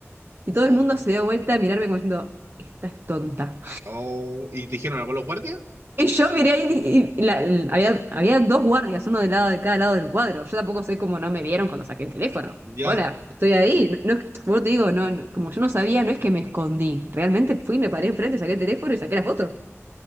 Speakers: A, on the right; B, on the right.
A: Y todo
B: Oh.
A: el mundo se dio vuelta a mirarme como diciendo, esta es tonta.
B: Oh. ¿Y te dijeron algo los guardias?
A: Y yo miré ahí y, y la- l- había, había dos guardias, uno de lado de cada lado del cuadro. Yo tampoco sé cómo no me vieron cuando saqué el teléfono.
B: ¿Ya?
A: Hola, estoy ahí. No, no es- bueno, te digo, no, no- como yo no sabía, no es que me escondí. Realmente fui, me paré enfrente, saqué el teléfono y saqué la foto.